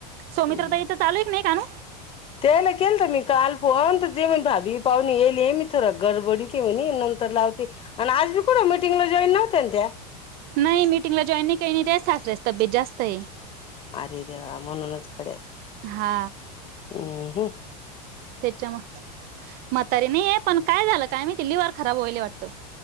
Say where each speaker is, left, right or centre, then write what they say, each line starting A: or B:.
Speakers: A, on the right; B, on the left.
A: सौमित्रा
B: मग
A: ताईच चालू आहे एक नाही काणू?
B: त्याला केल तर मी काल पोण जे म्हण भाभी पाहून येले मी थोडं गडबडीती म्हणे नंतर लावते आणि आज मी कुठ मीटिंगला जॉईन नव्हत्या ना त्या?
A: नाही मिटिंगला जॉईन नाही का नाही सासर्याची तब्येत जास्त आहे.
B: अरे देवा म्हणूनच कडे
A: हा
B: ह हं
A: तेच्या मग म्हातारी नाहीयेत पण काय झालं काय मी ते लिवर खराब व्हायले वाटतं.